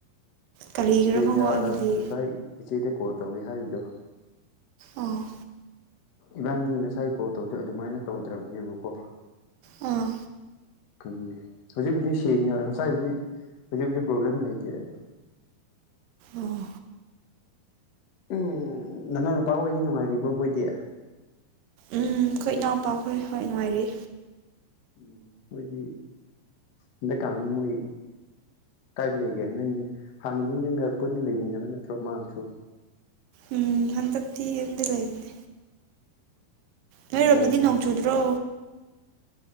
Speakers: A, on the right; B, on the left.
A: ꯀꯔꯤꯒꯤꯔ
B: ꯏꯆꯦꯖ
A: ꯈꯪꯕ ꯑꯩꯒꯤꯗꯤ
B: ꯉꯁꯥꯏ ꯏꯆꯦꯗ ꯀꯣꯜ ꯇꯧꯒꯦ ꯍꯥꯏꯕꯗꯣ
A: ꯑꯣ
B: ꯏꯕꯥꯅꯤ ꯉꯁꯥꯏ ꯀꯣꯜ ꯇꯧꯗꯣꯏ ꯑꯗꯨꯃꯥꯏꯅ ꯇꯧꯗ꯭ꯔꯕꯅꯦꯕꯀꯣ
A: ꯑꯥ
B: ꯈꯪꯗꯦ ꯍꯧꯖꯤꯛꯄꯨꯗꯤ ꯁꯦꯡꯉꯤ ꯉꯁꯥꯏꯕꯨꯗꯤ ꯍꯧꯖꯤꯛꯄꯗꯤ ꯄ꯭ꯔꯣꯕ꯭ꯂꯦꯝ ꯂꯩꯇꯦ ꯑꯗꯣ
A: ꯑꯥ ꯎꯝ
B: ꯎ ꯅꯅꯥꯎꯅ ꯅꯨꯄꯥ ꯍꯣꯏꯗꯤ ꯅꯨꯡꯉꯥꯏꯔꯤꯕ꯭ꯔꯣ ꯍꯣꯏꯗꯤ
A: ꯎꯝ ꯑꯩꯣꯏ ꯏꯅꯥꯎꯄꯥꯈꯣꯏ ꯍꯣꯏ ꯅꯨꯡꯉꯥꯏꯔꯤ
B: ꯎꯝ ꯃꯣꯏꯗꯤ ꯍꯟꯗꯛꯀꯥꯟꯗꯤ ꯃꯣꯏ ꯀꯥꯏꯗ ꯂꯩꯒꯦ ꯅꯪ ꯍꯥꯟꯅꯗꯤ ꯅꯪꯒ ꯄꯨꯟꯅ ꯂꯩꯃꯤꯟꯅꯕ ꯅꯠꯇ꯭ꯔꯣ ꯃꯥꯒꯁꯨ
A: ꯎꯝ ꯍꯟꯗꯠꯇꯤ ꯌ ꯂ ꯏꯅꯦ ꯅꯣꯏꯔꯣꯝꯗꯗꯤ
B: ꯑꯣ
A: ꯅꯣꯡ ꯆꯨꯗ꯭ꯔꯣ